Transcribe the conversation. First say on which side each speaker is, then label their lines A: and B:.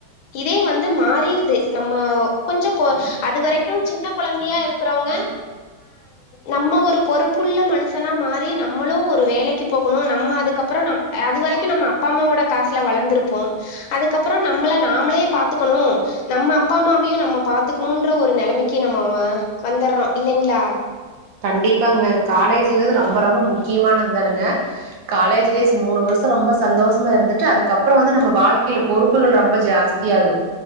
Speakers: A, on the left; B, on the right.
A: இதே வந்து மாறிருது ம்ம கொஞ்ச ப அது வரைக்கு சின்ன கொழந்தையா இருக்கிறவங்க நம்ம ஒரு பொறுப்புள்ள மனுஷனா மாறி நம்மளு ஒரு வேலைக்கு போகணு நம்ம அதுக்கப்புற நம் அது வரைக்கு நம்ம அப்பா அம்மாவோட காசுல வளந்திருப்போ அதுக்கப்புற நம்மள நாமளே பாத்துக்கணு நம்ம அப்பா அம்மாவையு நம்ம பாத்துக்கணுன்ற ஒரு நெலமைக்கு வந்துடுறோ இல்லைங்களா
B: கண்டிப்பாங்க காலேஜுன்றது ரொம்ப ரொம்ப முக்கியமானது தானுங்க காலேஜ் டேஸ் மூணு வருஷ ரொம்ப சந்தோஷமா இருந்துட்டு அதுக்கப்புற வந்து நம்ம வாழ்க்கையில பொறுப்புகள் ரொம்ப ஜாஸ்திய ஆகு